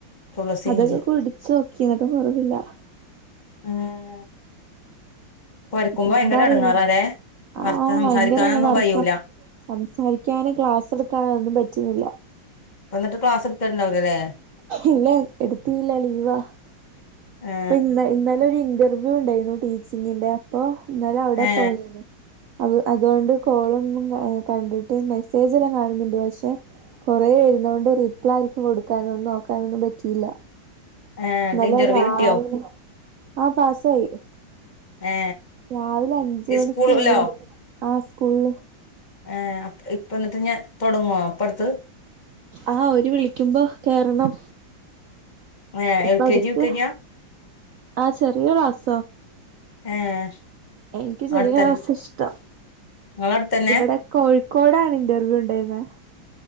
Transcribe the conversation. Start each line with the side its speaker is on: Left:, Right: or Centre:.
Left: തുളസി
Right: അതൊക്കെ
Left: ഇഞ്ചി
Right: കുടിച്ചു നോക്കി എന്നിട്ട് കൊറവില്ല
Left: ഉം കൊരക്കുമ്പോ
Right: എന്താ
Left: ഭയങ്കര
Right: അറിയില്ല
Left: എടങ്ങാറാല്ലേ
Right: ആഹ
Left: വർത്ത സംസാരിക്കാനൊന്നും
Right: ഭയങ്കരണ വർക്ക
Left: കഴിയൂല
Right: സംസാരിക്കാനും ക്ലാസ് എടുക്കാനൊന്നും പറ്റുന്നില്ല
Left: എന്നിട്ട് ക്ലസ് എടുത്ത്ണ്ടാവില്ല അല്ലേ??
Right: ഇല്ല എടുത്തില്ല ലീവാ
Left: ഏ
Right: ഇപ്പൊ ഇ ഇന്നലൊരു ഇന്റർവ്യൂ ഉണ്ടായിരുന്നു ടീച്ചിങ്ങിന്റെ അപ്പൊ എന്നാലും അവിടെ
Left: ഏ
Right: പോയിരുന്നു അ അതുകൊണ്ട് കോളുന്നും കണ്ടിട്ട് മെസ്സേജ് എല്ലാം കാണുന്നുണ്ട് പക്ഷെ കുറേ വരുന്ന കൊണ്ട് റിപ്ലെ ആർക്ക് കൊടുക്കാനൊന്നും നോക്കാനൊന്നും പറ്റിയില്ല
Left: ഏ എന്നിട്ട്
Right: ഇന്നലെ
Left: ഇന്റർവ്യൂ
Right: രാവി
Left: കിട്ടിയോ
Right: ആ ആഹ പാസായി
Left: ഏ
Right: രാവിലെ അഞ്ച് മണിക്കൂർ
Left: സ്കൂളിലോ
Right: ആ സ്കൂള്
Left: ഏ ഇപ്പ ന്നിട്ട് തുടങ്ങോ ഇപ്പട്ത്ത്
Right: ആഹ ഒരു വിളിക്കുമ്പോ കേറണം
Left: ആ
Right: ഇപ്പ
Left: എൽ
Right: അടുത്ത്
Left: കെ ജി യു കെ ജി ആ
Right: ആ ചെറിയ ക്ലാസ്
Left: ഏഹ്
Right: എനിക്ക് ചെറിയ
Left: അടുത്തന്നെ
Right: ക്ലാസ് ഇഷ്ടം
Left: നിങ്ങളെ അടുത്തന്നെ
Right: ഇവിടെ കോഴ്- ക്കോടാണ് ഇന്റർവ്യൂ ഉണ്ടായിരുന്നേ